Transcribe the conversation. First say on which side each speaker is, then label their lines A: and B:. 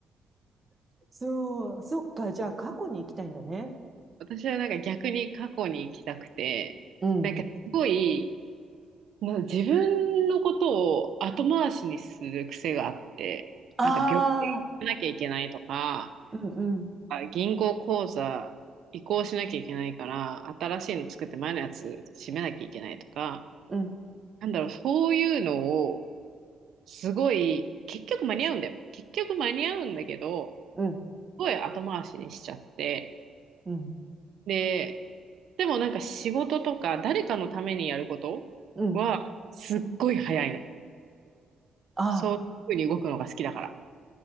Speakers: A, on the right; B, on the right.
A: そう。そっか。じゃあ過去に行きたいんだね。
B: 私はなんか逆に過去に行きたくて、
A: うん。
B: なんかすごい、な自分のことを後回しにする癖があって、
A: ああ、
B: なんか病気しなきゃいけないとか、
A: うんうん、
B: あ銀行口座移行しなきゃいけないから、新しいの作って前のやつ閉めなきゃいけないとか、
A: うん、
B: なんだろう、そういうのを、すごい、結局間に合うんだよ。結局間に合うんだけど、
A: うん、
B: すごい後回しにしちゃって、
A: うん、
B: で、でもなんか仕事とか誰かのためにやることはすっごい早いの。
A: うん。ああ、
B: そういうふうに動くのが好きだから。